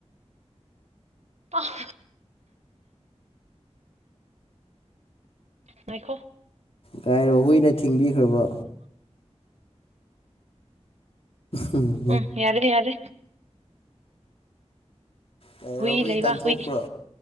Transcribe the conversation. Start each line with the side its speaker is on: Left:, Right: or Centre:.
Right: ꯄꯐ ꯉꯥꯏꯈꯣ
Left: ꯒꯥꯏꯔꯣ ꯍꯨꯏꯅ ꯊꯤꯡꯕꯤꯈ꯭ꯔꯕꯣ ꯎꯝ
Right: ꯎꯝ ꯌꯥꯔꯅꯤ ꯌꯥꯔ
Left: ꯀꯩꯔꯣ
Right: ꯍꯨꯏ ꯂꯩꯕ
Left: ꯇꯥꯟꯊꯣꯛꯄ꯭ꯔꯣ
Right: ꯍꯨꯏ